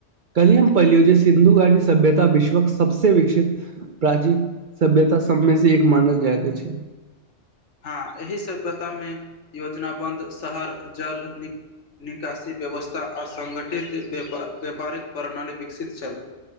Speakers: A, on the right; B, on the left.
A: कलियम पलियज सिन्धु गाटी सभ्यता विश्वक सबस विकसित प्राचीन सभ्यता सबमे से एक मानल जाइत छै
B: हँ एहि सभ्यतामे योजना बन्द शहर जल निक निकासी व्यवस्था आ सङ्गठित व्य व्यापारिक प्रणाली विकसित छल